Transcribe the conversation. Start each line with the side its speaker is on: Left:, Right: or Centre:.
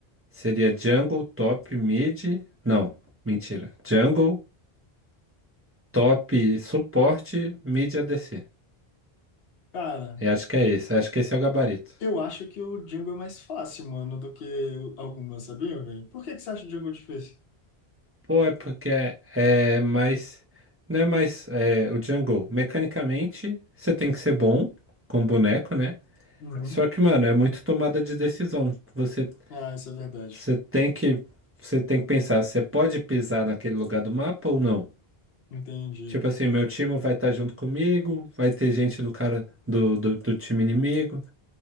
Right: seria jungle, top, mid. Não, mentira. Jungle, top, suporte, mid ADC.
Left: Cara,
Right: Eu acho que é esse. Acho que esse é o gabarito.
Left: eu acho que o Django é mais fácil, mano, do que algumas, sabia, velho? Por que que você acha o Django difícil?
Right: Pô, é porque é, é mais. Não é mais. é, o jungle, mecanicamente, você tem que ser bom com boneco, né?
Left: Uhum.
Right: Só que, mano, é muito tomada de decisão. Você
Left: Ah, isso é verdade.
Right: Você tem que, você tem que pensar, você pode pisar naquele lugar do mapa ou não?
Left: Entendi.
Right: Tipo assim, meu time vai estar junto comigo, vai ter gente do cara do, do, do time inimigo.